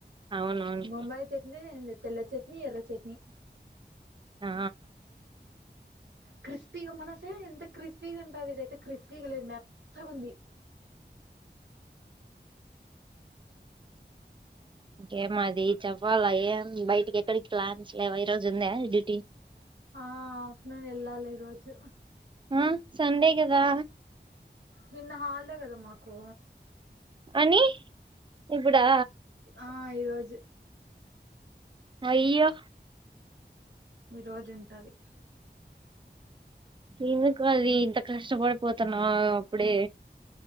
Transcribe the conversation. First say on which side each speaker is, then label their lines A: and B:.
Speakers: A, on the right; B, on the right.
A: అవునవును
B: ముంబై చట్నీ ఏం లేద్ తెల్ల చట్నీ ఎర్ర చట్నీ
A: ఆ
B: క్రిస్పీగా మనసే ఎంత క్రిస్పీగా ఉంటది ఇది అయితే క్రిస్పీగా లేదు మెత్తగుంది
A: ఇంకేమది చెప్పాలా ఏ బయటికి ఎక్కడికి ప్లాన్స్ లేవు ఈ రోజు ఉంద డ్యూటీ
B: ఆ ఆఫ్టర్నూన్ వెళ్ళాలి ఈ రోజు
A: ఆ సండే కదా
B: నిన్న హాలిడే కదా మాకు
A: అని ఇప్పుడా
B: ఆ ఈరోజు
A: అ అయ్యో
B: ఈ రోజు ఉంటది
A: ఎందుకు రా ఇది ఇంత కష్టపడిపోతున్నావ్ అప్పుడే